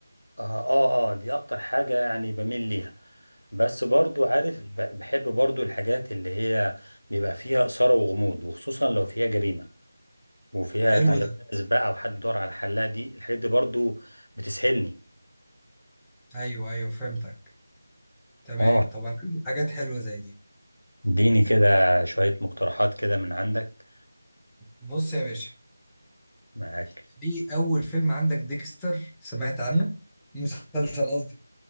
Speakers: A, on the left (about 90°); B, in the centre.
A: اه اه اه دي اكتر حاجة يعني بميل ليها بس برضو عارف ب- بحب برضو الحاجات اللي هي بيبقى فيها إثارة وغموض وخصوصا لو فيها جريمة وفيها
B: حلو
A: ألغاز
B: ده
A: بقى وحد دور على الحلاقة دي الحاجات دي برضو بتسحلني
B: ايوه ايوه فهمتك تمام
A: اه
B: طب انا عندي حاجات حلوه زي دي
A: اديني كده شوية مقترحات كده من عندك
B: بص يا باشا
A: معاك
B: في اول فيلم عندك ديكستر سمعت عنه مسلسل قصدي